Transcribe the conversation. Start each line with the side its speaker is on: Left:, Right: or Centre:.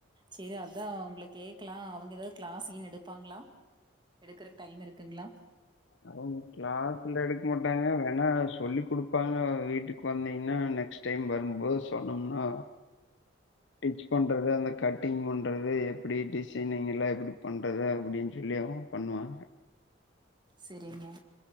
Right: சரி அதான் உங்க கேக்கிலாம் அவங்க ஏதாவது கிளாஸ்ன்னு எடுப்பாங்களா எடுக்கறக்கு டைம் இருக்குங்களா
Left: அவங்க கிளாஸ்ல எடுக்க மாட்டாங்க வேணா சொல்லிக் குடுப்பாங்க வீட்டுக்கு வந்தீங்கன்னா நெக்ஸ்ட் டைம் வரும்போது சொன்னோம்னா டிச் பண்றது அந்த கட்டிங் பண்றது எப்படி டிசைனிங் எல்லாம் எப்படி பண்றது அப்படின்னு சொல்லி அவங்க பண்ணுவாங்க
Right: செரிங்க